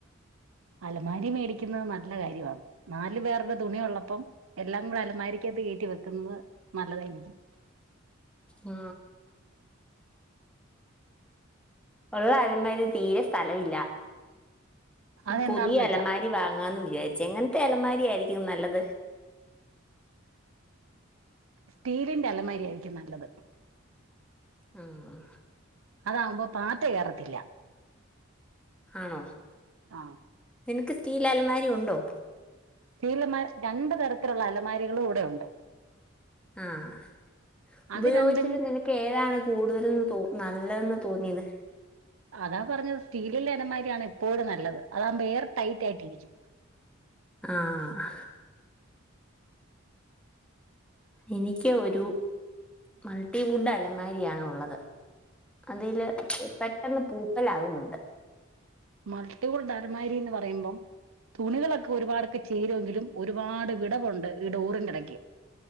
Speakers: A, on the right; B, in the centre.
A: അലമാരി മേടിക്ക്ന്നഹ് നല്ല കാര്യവാണ് നാലു പേരുടെ തുണിയ ഉള്ളപ്പം എല്ലാം കൂടെ അലമാരിക്കകത്ത് കയറ്റി വെക്കുമ്പം നല്ലതായിരിക്കും
B: ഉം ഉള്ള അലമാരിൽ തീരെ സ്ഥലം ഇല്ല
A: അതെന്താണെന്ന്
B: പുതിയ അലമാരി
A: വെച്ചാ
B: വാങ്ങാന്ന് വിചാരിച്ചേ എങ്ങനത്തെ അലമാരി ആയിരിക്കും നല്ലത്
A: സ്റ്റീലിന്റെ അലമാരി ആയിരിക്കും നല്ലത്
B: ആഹ്
A: അതാവുമ്പോ പാറ്റ കേറത്തില്ല
B: ആണോ
A: ആ
B: നിനക്ക് സ്റ്റീല അലമാരി ഉണ്ടോ
A: സ്റ്റീലമാ രണ്ടു തരത്തിലുള്ള അലമാരികളും ഇടെ ഉണ്ട്
B: ആഹ് ഉപയോഗിച്ചിട്ടു
A: അത് രണ്ടും
B: നിനക്ക് പ്പേതാണ് കൂടുതൽന്ന് തോ നല്ലതെന്ന് തോന്നിയത്
A: അതാ പറഞ്ഞത് സ്റ്റീല്ലില്ലെ അലമാരിയാണ് എപ്പോഴും നല്ലത് അതാകുമ്പോ എയർ ടൈറ്റ് ആയിട്ടിരിക്കും.
B: ആഹ് എനിക്ക് ഒരു മൾട്ടി വുഡ് അലമാരിയാണുള്ളത്. അതില് പെട്ടെന്ന് പൂപ്പലാകുന്നുണ്ട്
A: മൾട്ടി വുഡ് അലമാരിന്ന് പറയുമ്പം തുണികളൊക്കെ ഒരുപാടൊക്കെ ചേരുമെങ്കിലും ഒരുപാട് വിടവുണ്ട് ഈ ഡോറിൻ്റെടക്കി